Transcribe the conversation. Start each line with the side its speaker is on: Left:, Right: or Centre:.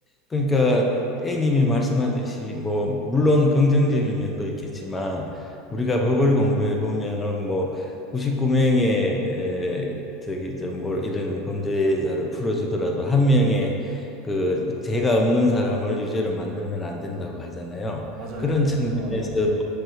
Left: 그러니까 A님이 말씀하듯이 뭐 물론 긍정적인 면도 있겠지만 우리가 법을 공부해 보면은 뭐 99명의 에, 저기 저 뭐 이런 범죄자를 풀어주더라도 한 명의 그 죄가 없는 사람을 유죄로 만들면 안 된다고 하잖아요.
Right: 맞아요.
Left: 그런 측면에서도
Right: 공감합니다. 네.